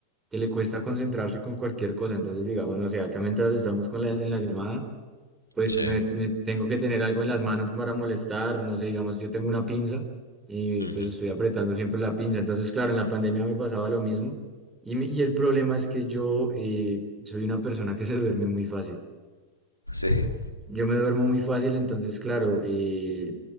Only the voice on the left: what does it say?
Sí.
ujú,
Sí,